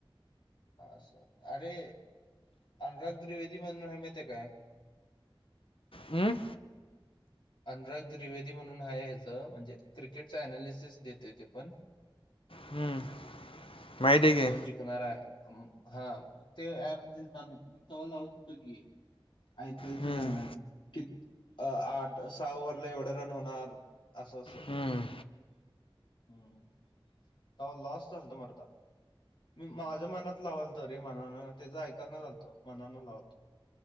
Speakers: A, on the left; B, on the left.
A: असं, अरे, अनुराग त्रिवेदी म्हणून हाय माहिती आहे काय.
B: हम्म.
A: अनुराग त्रीवेदी म्हणून हाय हचं म्हणजे, क्रिकेटच अनालिसिस देतोय तो पण.
B: हम्म. माहित आहे की
A: कोण जिकणारा हाय, हा ते म ते एप तवा लावत हुतं की. आयपीएल
B: हम्म.
A: च्या दरम्यान. की, आठ सहा ओरला एवढं रन होणार, असं असं.
B: हम्म.
A: हम्म. तवा लॉस झालतं मर्दा. मी माझ्या मनात लावलतो रे मनान, त्याचं ऐकना झालतो, मनान लावलतो.